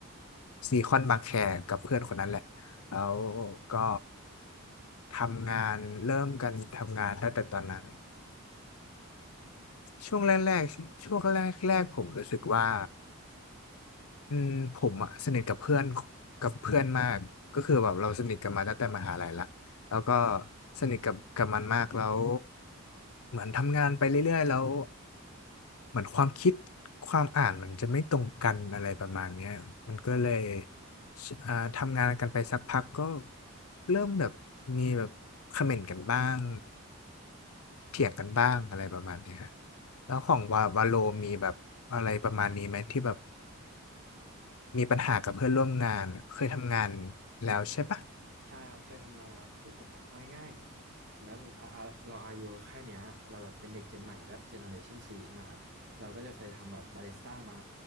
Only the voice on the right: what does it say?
ใช่ครับเคยทำงานแล้วคือผมอะเอาง่ายๆถึงแม้แบบอ่ะอ่ะเราอายุแค่เนี้ยเราแบบเป็นเด็กเจนใหม่ด้วยเจเนอเรชันซีใช่ไหมครับเราก็จะเคยทำแบบบาริสต้ามา